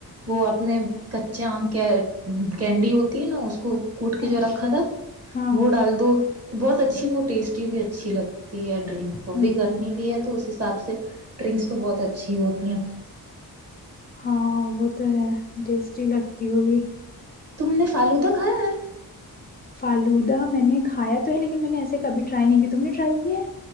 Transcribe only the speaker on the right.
وہ اپنے کچے آم کے کینڈی ہوتی ہے نا اس کو کوٹ کے جو
رکھا تھا
وہ ڈال دو بہت اچھی وہ اور ٹیسٹی بھی اچھی لگتی تی ہے ڈرنک
بھی گرمی بھی ہے تو حساب سے ڈرنکس تو بہت اچھی ہوتی ہیں
تم نے فالو تو کھایا ہے